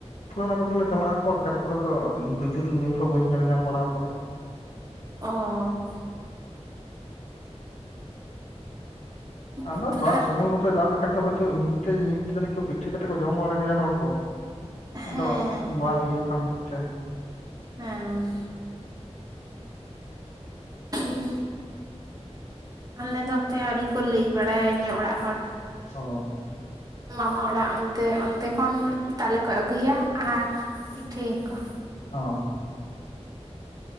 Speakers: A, on the left; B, on the right.
A: ᱛᱟᱞᱮ ᱚᱱᱟ ᱠᱚᱨᱮ ᱫᱚᱞᱮ ᱪᱟᱞᱟᱜ-ᱟ᱾ ᱚᱨ ᱠᱷᱮᱛ ᱠᱚᱨᱮ ᱫᱚ, ᱵᱩᱡᱩᱨ ᱧᱩᱨ ᱦᱚᱸ, ᱵᱟᱹᱧ ᱧᱮᱞ ᱧᱟᱢ ᱵᱟᱲᱟ ᱟᱠᱟᱫᱟ?
B: ᱚᱸᱻ ᱦᱳᱭᱛᱚ
A: ᱟᱫᱚ ᱫᱟᱜ
B: ᱟᱨ
A: ᱥᱚᱢᱚᱭ ᱢᱚᱛᱚᱭ, ᱫᱟᱜ ᱞᱮᱠᱷᱟᱡ ᱫᱚ, ᱦᱳᱭ ᱛᱳ ᱱᱤᱛ ᱛᱮ, ᱱᱤᱛ ᱛᱮ ᱡᱟᱹᱱᱤᱡ ᱯᱤᱴᱷᱟᱹ ᱠᱟᱛᱮᱫ ᱠᱚ, ᱡᱚᱢ ᱵᱟᱲᱟ ᱠᱮᱭᱟ ᱦᱚᱲ ᱠᱚ ᱾ ᱟᱫᱚ
B: ᱦᱮᱸ
A: ᱵᱟᱝ ᱤᱭᱟᱹᱣ ᱠᱟᱱᱛᱮᱫ ᱛᱮ᱾
B: ᱦᱮᱸ ᱩᱸᱦ, ᱟᱞᱮ ᱫᱚ ᱦᱟᱯᱮ! ᱟᱹᱣᱨᱤ ᱠᱚ ᱞᱟᱹᱭ ᱵᱟᱲᱟᱭᱟ ᱤᱧᱟ ᱚᱲᱟᱜ ᱦᱚᱲ ᱾
A: ᱚᱻ᱾
B: ᱢᱟᱢᱟ ᱚᱲᱟᱜ ᱚᱱᱛᱮ, ᱚᱱᱛᱮ ᱠᱷᱚᱱ, ᱛᱟᱞᱮ ᱠᱚ ᱟᱹᱜᱩᱭᱟ ᱾ ᱟᱨ ᱯᱤᱴᱷᱟᱹ ᱭᱟᱠᱚ ᱾
A: ᱚᱻ᱾